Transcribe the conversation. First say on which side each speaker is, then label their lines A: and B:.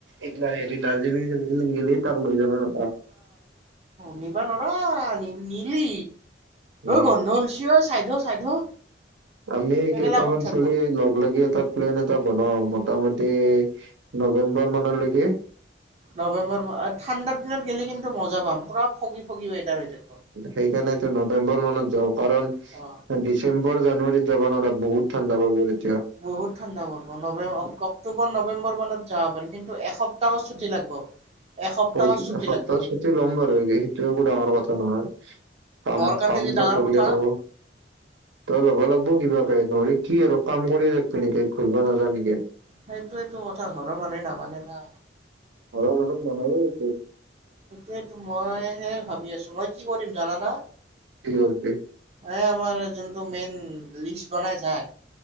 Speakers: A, on the right; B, on the right.
A: এই হেৰি দাৰ্জিলিং -চাৰ্জিলিং গেলে তাক লৈ যাবা অ
B: নিবা নৰা নি নিলি
A: উম,
B: ঐ গন্ধ অলচি অই চাইদ হ - চাইদ হ
A: আমি
B: সেইগিলা
A: কেইটামান
B: ক'ত থাকিব?
A: ছোৱালী লগ লাগি এতাত প্লেন এটা বনাও মোটামুটি নৱেম্বৰ মানলৈকে
B: নৱেম্বৰ মাহ ঠাণ্ডাৰ দিনত গেলি কিন্তু মজা পাম পুৰা ফগি -ফগি ৱেডাৰ হৈ থাকে।
A: সেইকাৰণেতো নৱেম্বৰ মানত যাও কাৰণ
B: অ
A: ডিচেম্বৰ য জানুৱাৰীত যাব নোৱাৰা বহুত ঠাণ্ডা পাব ৰে
B: বহুত ঠাণ্ডা পৰব নৱে অক্টোবৰ, নৱেম্বৰ মানত যাব পাৰি কিন্তু এসপ্তাহ ছুটি লাগব এসপ্তাহৰ
A: কৈছো
B: ছুটি
A: এসপ্তাহ
B: লাগব
A: ছুটি লম বাৰু সেইটো একো ডাঙৰ কথা নহয় পাম
B: মোৰ কাৰণে
A: পাম
B: যি
A: ত
B: ডাঙৰ
A: কৰিয়
B: কথা
A: যাব তই ল'ব লাগিব কিবা, নৰি কি আৰু কাম কৰিয়ে থাকিবি নেকি ঘূৰিব নাজা নেকি?
B: সেইটোয়টো কথা ঘৰৰ মানুহে নামানে না,
A: ঘৰৰ মানুহ নামানে নেকি?
B: সেইটোয়ো মইহে ভাবি আছো মই কি কৰিম জানানা?
A: কৰিবি
B: এ আমাৰ যোনটো মেইন লিষ্ট বনাই চাই